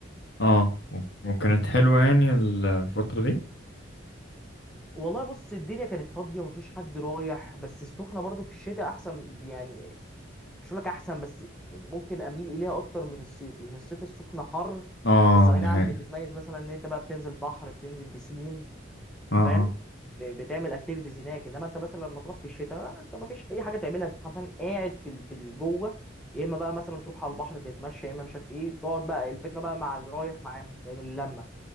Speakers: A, on the left; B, in the centre.
A: اه و- وكانت حلوة يعني ال- الفترة دي؟
B: والله بص الدنيا كانت فاضيه ومفيش حد رايح بس السخنه برضو في الشتاء احسن يعني مش هقول لك احسن بس ممكن اميل اليها اكتر من الصيف لان الصيف السخنه حر
A: اه
B: بس اي
A: دي
B: نعم
A: حقيقة
B: بتتميز مثلا ان انت بقى بتنزل بحر بتنزل بسين
A: اه اه
B: فاهم ب- بتعمل اكتيفيتيز هناك انما انت مثلا لما تروح في الشتاء آه، انت ما فيش اي حاجه تعملها انت حرفيا قاعد في ال- في ال- جوه يا اما بقى مثلا تروح على البحر تتمشى يا اما مش عارف ايه تقعد بقى الفكره بقى مع اللي رايح معاهم فاهم اللمه